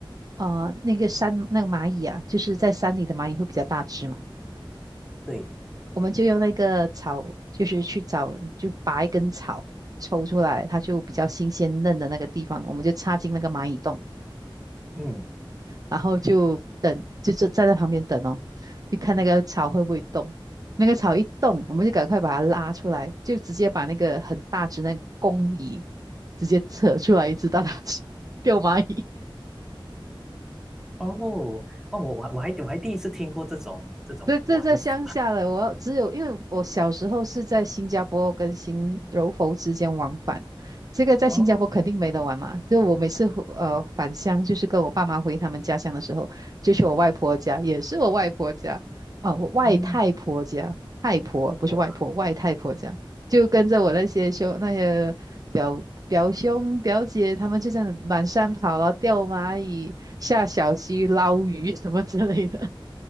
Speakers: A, on the right (about 45°); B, in the centre.
A: 啊，那个山那个蚂蚁啊，就是在山里的蚂蚁会比较大只嘛，
B: 对，
A: 我们就用那个草，就是去找，就拔一根草抽出来，它就比较新鲜嫩的那个地方，我们就插进那个蚂蚁洞，
B: 嗯，
A: 然后就等，就站站在旁边等哦，就看那个草会不会动。那个草一动，我们就赶快把它拉出来，就直接把那个很大只那个公蚁直接扯出来一只大大只，<laughs> 给我蚂蚁。
B: 哦哦，我我还我还我还第一次听过这种这种玩法。
A: 对，这在乡下的，我要只有因为我小时候是在新加坡跟新柔佛之间往返，这个在新加坡肯定没得玩嘛。
B: 哦，
A: 就我每次回呃返乡，
B: 对，
A: 就是跟我爸妈回他们家乡的时候，就去我外婆家，也是我外婆家啊，我外太婆家，
B: 嗯，
A: 太婆不是外婆，
B: 哇。
A: 外太婆家，就跟着我那些兄那些表表兄表姐，
B: 嗯。
A: 他们就这样满山跑了，然后钓蚂蚁、下小溪、捞鱼什么之类的。